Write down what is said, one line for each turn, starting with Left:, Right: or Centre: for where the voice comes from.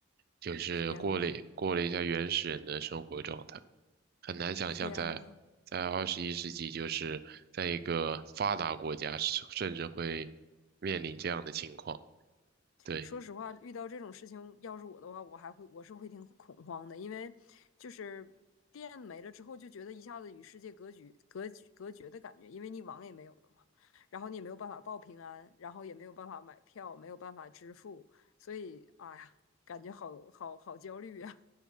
Right: 就是过了过了一下原始人的生活状态，
Left: 天呐，
Right: 很难想象在在二十一世纪，
Left: 天呐。
Right: 就是在一个发达国家，甚甚至会面临这样的情况。对。
Left: 说实话，遇到这种事情，要是我的话，我还会我是会挺恐慌的，因为就是电没了之后，就觉得一下子与世界隔绝、隔绝、隔绝的感觉，因为你网也没有了嘛，然后你也没有办法报平安，然后也没有办法买票，没有办法支付，所以哎呀，感觉好好好焦虑呀。